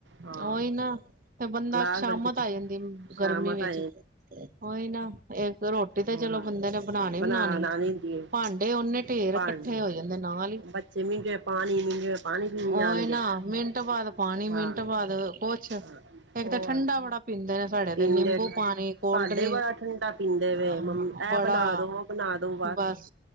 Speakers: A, on the right; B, on the right.
A: ਹਾਂ
B: ਉਹੀ ਨਾ ਤੇ ਬੰਦਾ
A: ਗਲਾਸ
B: ਸ਼ਾਮਤ
A: ਬੜੇ ਜੁੱਠੇ
B: ਆ ਜਾਂਦੀ
A: ਸ਼ਾਮ
B: ਗਰਮੀ ਵਿੱਚ
A: ਤਾਂ
B: ਉਹੀ ਨਾ ਇੱਕ ਰੋਟੀ ਰੋਟੀ ਤੇ
A: ਹਾਂ
B: ਚਲੋ ਬੰਦੇ ਨੇ ਬਣਾਉਣੀ
A: ਬਣਾ
B: ਬਣਾਉਣੀ
A: ਲਾਣੀ
B: ਐ
A: ਹੁੰਦੀ ਏ
B: ਭਾਂਡੇ ਓਨੇ ਢੇਰ
A: ਪਾਣੀ
B: ਇਕੱਠੇ ਹੋ ਜਾਂਦੇ ਨਾਲ ਈ
A: ਬੱਚੇ <unintelligible> ਪਾਣੀ <unintelligible> ਪਾਣੀ ਪੀ
B: ਉਹੀ
A: ਜਾਣਗੇ
B: ਨਾ ਮਿੰਟ ਬਾਅਦ ਪਾਣੀ
A: ਹਾਂ
B: ਮਿੰਟ ਬਾਅਦ ਕੁਛ ਇੱਕ
A: ਹਾਂ ਹੋਰ
B: ਤਾਂ ਠੰਡਾ ਬੜਾ ਪੀਂਦੇ ਨੇ ਸਾਡੇ ਤੇ
A: ਪੀਂਦੇ
B: ਨਿੰਬੂ
A: ਠ
B: ਪਾਣੀ ਕੋਲਡ
A: ਸਾਡੇ
B: ਡਰਿੰਕ
A: ਬੜਾ ਠੰਡਾ ਪੀਂਦੇ ਵੇ
B: ਹਾਂ
A: ਮੰਮੀ ਇਹ
B: ਬੜਾ
A: ਬਣਾ ਦੋ ਉਹ ਬਣਾ ਦੋ
B: ਬਸ